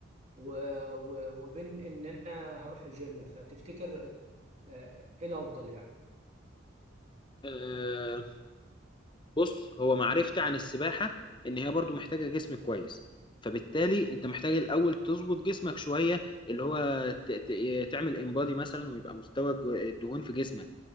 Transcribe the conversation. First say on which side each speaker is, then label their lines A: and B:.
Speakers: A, on the right (about 35°); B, on the left (about 25°).
A: و... و... وبين ان انا هروح الجيم فتفتكر آه، ايه الافضل يعني
B: آه، بص هو معرفتي عن السباحة إن هي برضو محتاجة جسم كويس فبالتالي أنت محتاج الأول تظبط جسمك شوية اللي هو ت- ت- تعمل انبادي مثلا ويبقى مستوى الج- الدهون في جسمك